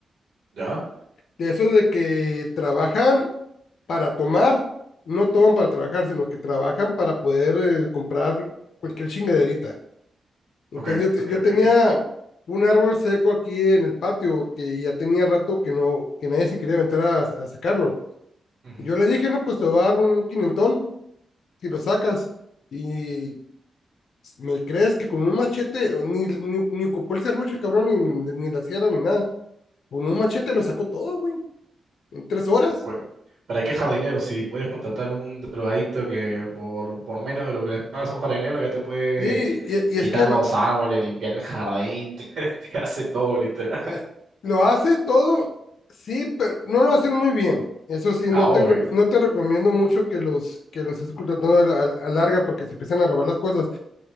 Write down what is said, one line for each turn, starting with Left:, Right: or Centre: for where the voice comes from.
Right: ¿Ya?
Left: De esos de que trabajan para tomar, no toman para trabajar, sino que trabajan para poder eh, comprar cualquier chingaderita. Entonces
Right: Ok,
Left: yo, te-
Right: ok,
Left: yo
Right: ok,
Left: tenía
Right: ok.
Left: un árbol seco aquí en el patio que ya tenía rato que no, que nadie se quería aventar a, a sacarlo.
Right: Ujú.
Left: Y yo le dije, no, pues te voy a dar un quinentón si lo sacas. Y ¿Me crees que con un machete o ni, ni, ni ocupó el serrucho el cabrón, ni, ni la sierra, ni nada? Con un machete lo sacó todo, güey, en tres horas.
Right: Bueno, ¿para qué jardinero? Si puedes contratar a un drogadicto que por, por menos de lo que le pagas a un jardinero ya te puede
Left: Sí, y, y
Right: quitar
Left: es que
Right: los árboles, limpiar el jardín, <laughs> te, te hace todo, literal.
Left: eh, lo hace todo, sí, pero no lo hace muy bien. Eso sí,
Right: Ah,
Left: no
Right: obvio.
Left: te, rec- no te recomiendo mucho que los, que los estés contratando a, la- a larga porque se empiezan a robar las cosas.